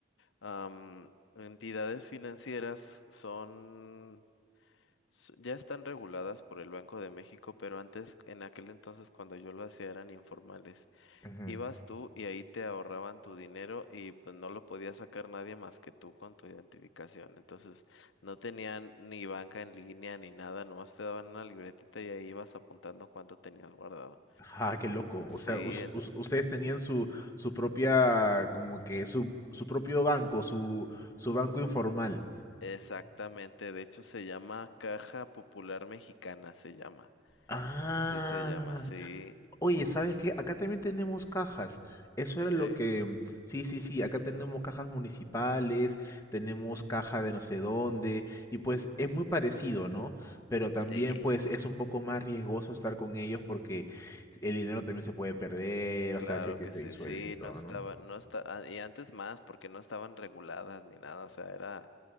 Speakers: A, on the left (about 75°); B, on the left (about 15°).
A: am, entidades financieras, son, s- ya están reguladas por el Banco de México, pero antes, en aquel entonces, cuando yo lo hacía, eran informales.
B: ujú.
A: Ibas tú y ahí te ahorraban tu dinero y pues no lo podía sacar nadie más que tú con tu identificación. Entonces no tenían ni banca en línea ni nada, nomás te daban una libretita y ahí ibas apuntando cuánto tenías guardado.
B: Ah, qué loco.
A: Sí,
B: O sea, us-
A: en-
B: us- ustedes tenían su, su propia, como que su, su propio banco, su, su banco informal.
A: exactamente. De hecho se llama Caja Popular Mexicana, se llama.
B: Ah.
A: Así se llama, sí,
B: Oye, ¿sabes qué? Acá también tenemos cajas. Eso
A: sí.
B: era lo que... mm, Sí, sí, sí, acá tenemos cajas municipales, tenemos caja de no sé dónde, y pues es muy parecido, ¿no? Pero también
A: Sí,
B: pues es un poco más riesgoso estar con ellos porque el dinero también se puede perder,
A: claro
B: o sea, si es que
A: que
B: se
A: sí,
B: disuelven
A: sí,
B: y todo,
A: no estaba,
B: ¿no?
A: no está, ah, y antes más, porque no estaban reguladas ni nada, o sea, era